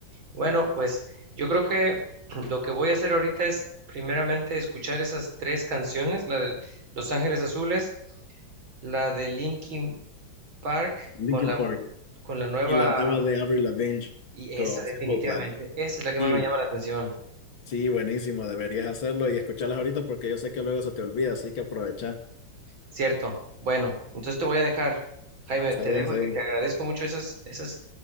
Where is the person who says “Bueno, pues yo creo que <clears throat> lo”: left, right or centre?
Right